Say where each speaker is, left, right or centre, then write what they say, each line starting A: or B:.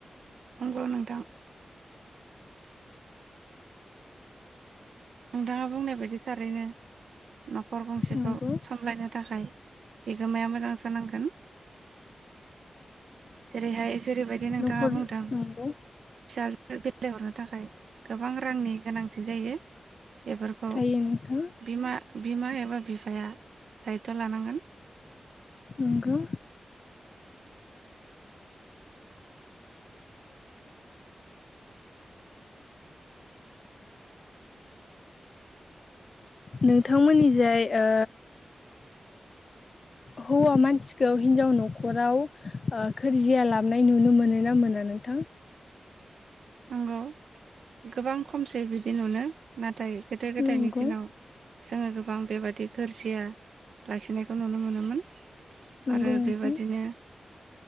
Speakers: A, on the right; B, on the left.
A: नंगौ नोंथां नोंथाङा बुंनाय बायदि थारैनो न'खर गंसेखौ
B: नंगौ
A: सामलायनो थाखाय बिगोमाया मोजांसो नांगोन जेरै हाय जेरैबायदि नोंथाङा
B: न'खर
A: बुंदों फिसाजो
B: नंगौ
A: बिलाइहरनो थाखाय गोबां रांनि गोनांथि जायो बेफोरखौ
B: जायो नोंथां
A: बिमा बिमा एबा बिफाया दायथ' लानांगोन
B: नंगौ नोंथांमोननिजाय ओ हौवा मानसिखौ हिनजाव न'खराव ओ गोरजिया लाबोनाय नुनो मोनो ना मोना नोंथां
A: नंगौ गोबां खमसै बिदि नुनो नाथाय गोदो गोदायनि
B: नंगौ
A: दिनाव जोङो गोबां बेबादि गोरजिया लाखिनायखौ नुनो मोनोमोन
B: नंगौ
A: आरो
B: नोंथां
A: बेबायादिनो